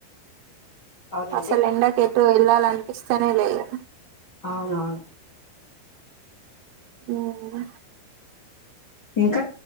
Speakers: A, on the left; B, on the right.
A: అవునండి
B: అసలు ఎండకి వెళ్ళాలా అనిపిస్తు తన లేవు
A: అవునవును
B: ఊ ఓ
A: ఇంకా